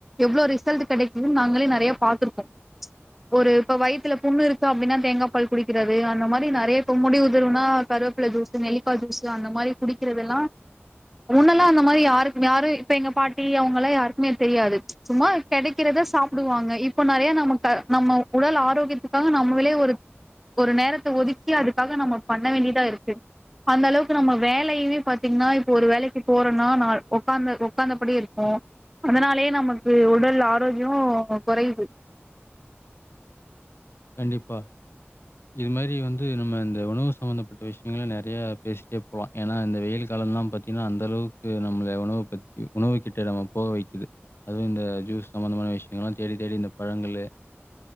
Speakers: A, in the centre; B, on the left.
A: எவ்ளோ ரிசல்ட் கிடைக்குதுனு நாங்களே நறையா பாத்திருக்கோ ஒரு இப்ப வயித்துல புண்ணு இருக்கு அப்டின்னா தேங்கா பால் குடிக்கிறது அந்த மாரி இப்ப நறைய முடி உதிர்நா கருவேப்பில ஜுஸு நெல்லிக்கா ஜுஸு அந்த மாரி குடிக்கிறதெல்லா முன்னல்லா அந்த மாரக யாரு யாரு இப்ப எங்க பா டி அவங்கலா யாருக்குமே தெரியாது சும்மா கெடைக்கிறத சாப்பிடுவாங்க இப்போ நறையா நமக்க நம்ம உடல் ஆரோக்கியத்துக்காக நம்மளயே ஒரு ஒரு நேரத்த ஒதுக்கி அதுக்காக நம்ம பண்ண வேண்டியதா இருக்கு அந்த அளவுக்கு நம்ம வேலையுமே பாத்தீங்கன்னா இப்போ ஒரு வேலைக்கு போறோம்னா நா உக்காந்த உ்காந்தபடி இரு ஓ அதனாலே நமக்கு உடல் ஆரோக்கியோ கொறையுது
B: கண்டிப்பா இது மாரி வந்து நம்ம இந்த உணவு சம்பந்தப்பட்ட விஷயங்க நிறைய பேசிட்டே போலா ஏன்னா இந்த வெயில் காலோலா பாத்தீங்கன்னா அந்த அளவுக்கு நம்மள உணவ பத்தி உணவு கிட்ட நம்ம போக வைக்குது அதுவு இந்த ஜூஸ் சம்பந்தமான விஷயங்கள்லா தேடி தேடி இந்த பழங்களு